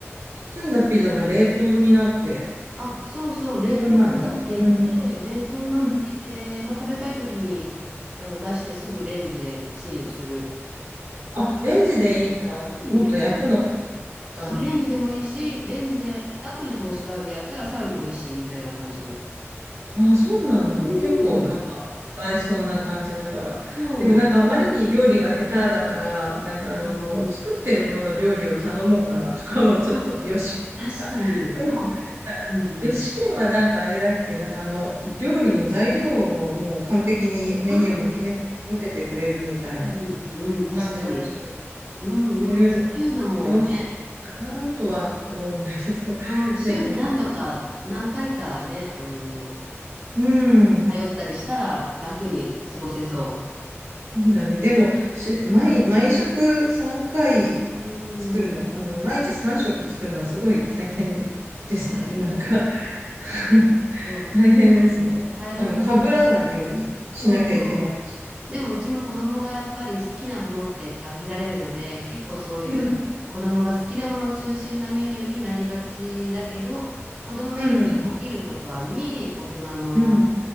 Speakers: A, on the right (about 65°); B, on the right (about 20°).
A: 包んだピザは冷凍になって、
B: あ、そうそう、冷凍になっていて、
A: 冷凍なのうん。
B: 冷凍になっていて、
A: うん。
B: まあ、食べたいときにあの出してすぐレンジでチンするとか、
A: あ、レンジでいいんだ。
B: うんレンジ
A: もっと焼くのかと思ったね。
B: そう、レンジでもいいし、レンジでやった後にトースターでやったらさらに美味しいみたいな感じで。
A: ああ、そうなんだ。
B: うん、
A: 結う構うなんん。か使えそうな感じだから。
B: そう。
A: でもなんかあまりに料理が下手だから、なんかあのもう作ってるもの料理を頼もうかなとかもちょっと、
B: うんうんうんあ、
A: よしきとか。
B: 確かに。
A: <laughs> うんあ
B: もう、うんうん。
A: よしきはなんかあれだっけ、なんかあの料理の材料をもう完璧にメニューも決めて届けてくれるみたいな
B: あうん、うん、確かに。
A: 感じらしく、
B: うんうん、
A: そういうのよしかなとは思うんだけど、
B: そういうのもね、うん、週に何度か、
A: でもなんか、
B: 何回かね、あの、
A: うん、
B: 頼ったりしたら楽に過ごせそ
A: そうだね。でも、し、毎、毎食3回
B: う。う
A: 作るの、
B: ん、
A: あの、毎日3食作るのはすごい大変ですね。
B: 大変。
A: なんか <laughs>
B: そう、
A: 大変ですね。
B: 大変だ。
A: あの、被らないようにしなきゃいけないし。
B: そうそう。でもうちも子供がやっぱり好きなものって限られるので、結構そういう子供が好きなもの中心なメニューになりがちだけど、
A: うん、
B: 子供がいないお昼とかに大人の
A: うん、うん。